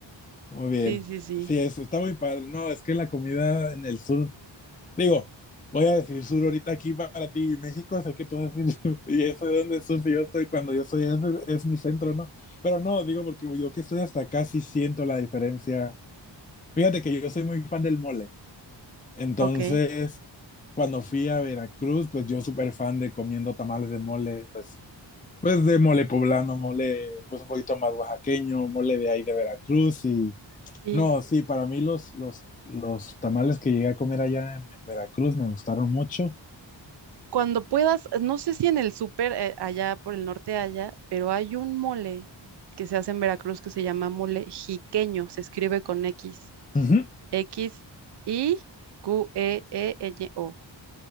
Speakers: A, on the left; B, on the right.
A: Muy bien.
B: sí, sí, sí.
A: Sí, eso está muy padre. No, es que la comida en el sur Digo, voy a decir sur ahorita aquí para ti, México, sé que tú vas a decir, <laughs> y eso de donde sur, si yo estoy, cuando yo soy, ese es mi centro, ¿no? Pero no, digo, porque yo que estoy hasta acá sí siento la diferencia. Fíjate que yo soy muy fan del mole, entonces,
B: Ok,
A: cuando fui a Veracruz, pues yo súper fan de comiendo tamales de mole, pues, pues de mole poblano, mole, pues un poquito más oaxaqueño, mole de ahí de Veracruz y...
B: sí.
A: No, sí, para mí los, los, los tamales que llegué a comer allá en, en Veracruz me gustaron mucho.
B: Cuando puedas, no sé si en el súper eh, allá por el norte haya, pero hay un mole que se hace en Veracruz que se llama mole jiqueño, se escribe con X,
A: Ujú.
B: X I Q E E Ñ O.